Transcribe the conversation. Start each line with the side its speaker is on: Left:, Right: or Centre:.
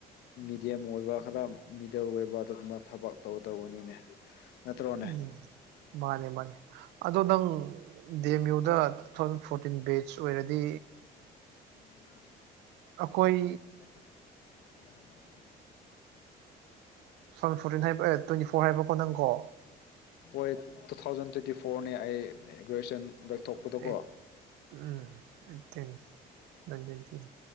Left: ꯃꯤꯗꯤꯌꯝ ꯑꯣꯏꯕ ꯈꯔ ꯃꯤꯗꯜ ꯑꯣꯏꯕ ꯑꯗꯨꯒꯨꯝꯕ ꯊꯕꯛ ꯇꯧꯗꯧꯕꯅꯤꯅꯦ ꯅꯠꯇ꯭ꯔꯣꯅꯦ
Right: ꯎꯝ ꯃꯥꯅꯤ ꯃꯥꯅꯤ ꯑꯗꯣ ꯅꯪ ꯗ ꯑꯦꯝ ꯌꯨꯗ ꯐꯣꯔꯇꯤꯟ ꯕꯦꯁ ꯑꯣꯏꯔꯗꯤ
Left: ꯎꯝ
Right: ꯑꯩꯈꯣꯏ
Left: <unintelligible>
Right: ꯁꯟ ꯐꯣꯔꯇꯤꯟ ꯍꯥꯏꯕ ꯇ꯭ꯋꯦꯟꯇꯤ ꯐꯣꯔ ꯍꯥꯏꯕꯀꯣ ꯅꯪꯀꯣ
Left: ꯍꯣꯏ ꯇꯨ ꯊꯥꯎꯖꯟ ꯇ꯭ꯋꯦꯟꯇꯤ ꯐꯣꯔꯅꯦ ꯑꯩ ꯒ꯭ꯔꯦꯖꯨꯋꯦꯁꯟ ꯂꯧꯊꯣꯛꯄꯗꯀꯣ
Right: ꯑꯩꯠ ꯎꯝ ꯑꯩꯠꯇꯤꯟ ꯅꯥꯏꯟꯇꯦꯟꯇꯤꯟ